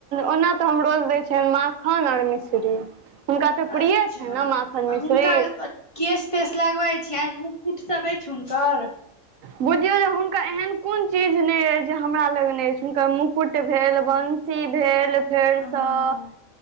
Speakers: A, on the right; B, on the left.
A: ओना तऽ हम रोज दैत छियनि माख माखन और मिश्री, हुनका तऽ प्रिये
B: अच्छा
A: छनि ने माखन मिश्री।
B: हुनका केश तेश लगबै छियनि, मुकुट सब अछि हुनकर।
A: बुझियौ जे हुनका एहन कोन चीज अछि जे हमरा लग नहि अछि, हुनकर मुकुट भेल वंश सी भेल फेर
B: हँ
A: सब